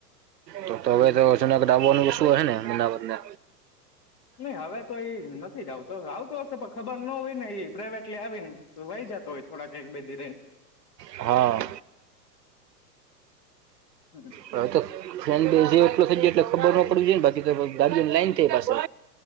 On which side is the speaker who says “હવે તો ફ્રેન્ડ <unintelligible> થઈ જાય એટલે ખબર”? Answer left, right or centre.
Right